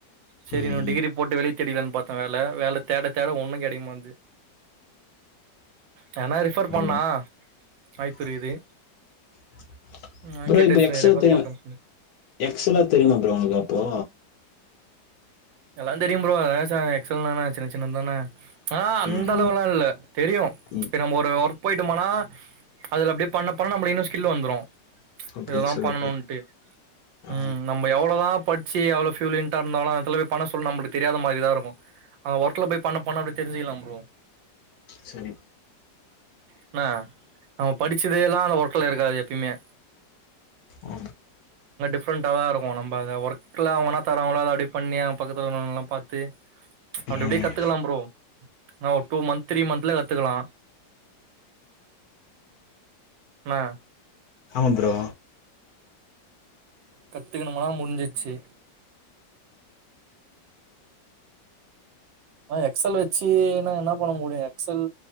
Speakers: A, on the right; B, on the left.
A: செரி
B: ம்
A: ந டிகிரி போட்டு வெளிய தெரிதானு பாத்தே வேல தேட தேட ஒண்ணு கெடைக்குமாட்ணுது யார்னா ரெஃபர் பண்ணா
B: <unintelligible>
A: வாய்ப்பு இருக்குது நா
B: ப்ரோ
A: கேட்டு
B: இப்ப
A: வச்சிருக்கே
B: எக்ஸ்
A: ரெஃபர்
B: எல் தெரிய
A: பண்றேன்னு சொல்லி
B: எக்ஸ் எல்லா தெரியுமா ப்ரோ உங்களுக்கு அப்போ
A: எல்லா தெரியும் ப்ரோ அதா எக் சல் ன சின்ன சின்னதானே ஆ அந்த
B: ம்
A: அளவுல்லா இல் தெரியு
B: ம்
A: இப்ப நம்ம ஒரு ஒர்க் போயட்டுமானா அதுல அப்படி பண்ண பண்ண நம் இன்னு ஸ்கில் வந்துரு
B: அப்டி
A: இததா
B: சூப்பர்
A: பண்ணணும்ட்டு
B: ப்ரோ ஆ
A: உம் நம்ம எவ்வளோதா படிச்சு அவ்வுளோ பிலுன்டா இருந்தோவல பண்ண சொல்ல நம்மளுக்கு தெரியாத மாதிரிதா இருக்கு அங்க ஒர்க்கல போய் பண்ண போன அப்படி தெரிஞ்சுக்கலாம் ப்ரோ
B: சரி
A: என்ன அவன் படிச்சதேல்லா அந்த ஒர்க்கல இருக்காது எப்பியுமே
B: ஆ
A: டிஃப்ரெண்டா தா இருக்கு நம்ப அதை ஒர்க்கில்ல அவங்கனா தரவங்களா அதை அப்படி பண்ணி பக்கத்தில நாங்களா பாத்து அப்படி
B: ம்
A: இப்படியே கத்துக்கலா ப்ரோ ஆ ஒரு டூ மந்த் த்ரீ மந்த்ல ஏ கத்துக்கலா ஆ
B: ஆமா ப்ரோ
A: கத்துக்கணுமா முடிஞ்சிச்சு ஆ எக்ஸல் வ ச்சி னா என்ன பண்ண முடியு எக்சல்